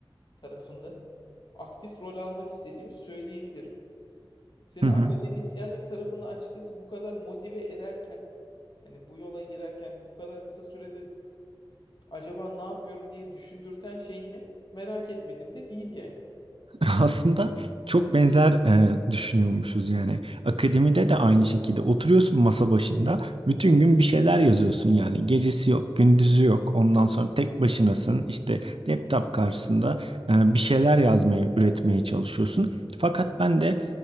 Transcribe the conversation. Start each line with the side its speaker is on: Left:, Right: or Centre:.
Left: tarafında aktif rol almak istediğimi söyleyebilirim. Seni
Right: Hı hı.
Left: akademisyenlik tarafında açıkçası bu kadar motive ederken hani bu yola girerken bu kadar kısa sürede acaba ne yapıyorum diye düşündürten şey ne? Merak etmedim de değil yani.
Right: <laughs> Aslında çok benzer e, düşünüyormuşuz yani. Akademide de aynı şekilde oturuyorsun masa başında, bütün gün bir şeyler yazıyorsun yani. Gecesi yok, gündüzü yok. Ondan sonra tek başınasın. işte laptop karşısında e, bir şeyler yazmaya, üretmeye çalışıyorsun. Fakat ben de